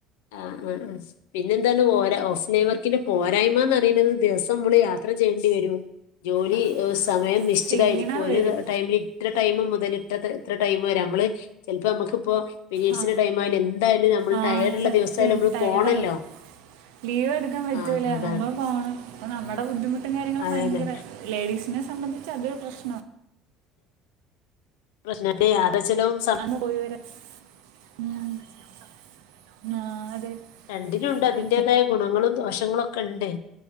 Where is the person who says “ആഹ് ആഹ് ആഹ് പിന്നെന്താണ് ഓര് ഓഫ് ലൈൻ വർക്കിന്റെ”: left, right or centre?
Left